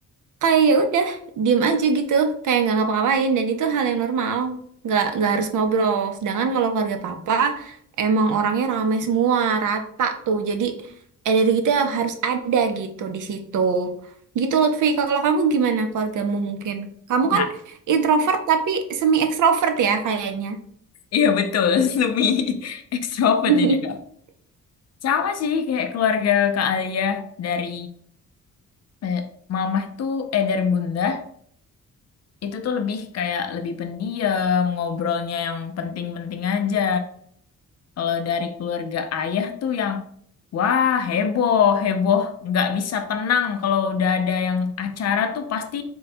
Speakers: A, on the right; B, on the left.
A: kayak ya udah diem aja gitu, kayak nggak ngapa-ngapain dan itu hal yang normal, nggak nggak harus ngobrol. Sedangkan kalau keluarga papa emang orangnya rame semua, rata tuh, jadi energi kita harus ada gitu di situ. Gitu Lutfi, kalau kamu gimana keluargamu mungkin? Kamu
B: Nah,
A: kan introvert tapi semi ekstrovert ya kayaknya.
B: iya betul, <laughs> semi ekstrovert
A: <laughs>
B: ini Kak. Sama sih kayak keluarga Kak Alia dari Eh, Mamah tuh eh dari bunda itu tuh lebih kayak lebih pendiam ngobrolnya yang penting-penting aja kalau dari keluarga ayah tuh yang wah heboh heboh nggak bisa tenang kalau udah ada yang acara tuh pasti